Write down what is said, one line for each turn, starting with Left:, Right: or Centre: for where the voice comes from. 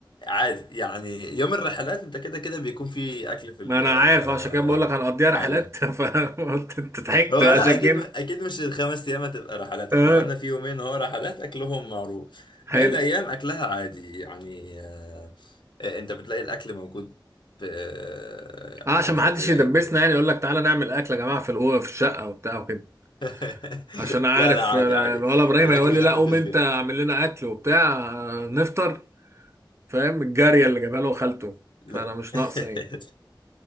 Left: عادي يعني يوم الرحلات انت كده كده بيكون في اكل في ال-
Right: ما انا
Left: آه،
Right: عارف عشان كده بقول لك هنقضيها
Left: عليه
Right: رحلات <laughs> فقلت انت ضحكت
Left: هو
Right: عشان
Left: لا اكيد
Right: كده
Left: اكيد مش الخمس ايام هتبقى رحلات
Right: آه.
Left: احنا قلنا في يومين هو رحلات اكلهم معروف باقي
Right: حلو
Left: الايام اكلها عادي يعني آه، آه، انت بتلاقي الاكل موجود في آه،
Right: آه،
Left: يعني
Right: عشان
Left: عادي
Right: ما
Left: زي,
Right: حدش
Left: زي
Right: يدبسنا
Left: اي مكان
Right: يعني يقول لك تعالى نعمل اكل يا جماعة في الاوضه في الشقة وبتاع وكده
Left: <laughs>
Right: عشان عارف
Left: لا لا عادي
Right: أنا-
Left: عادي
Right: الولا ابراهيم
Left: الاكل
Right: هيقول
Left: هناك
Right: لي لا قوم
Left: رخيص
Right: انت
Left: جدا
Right: اعمل لنا اكل وبتاع آه، نفطر فاهم الجاريه اللي جابها له خالته
Left: لا
Right: فانا مش
Left: <laughs>
Right: ناقصه ايه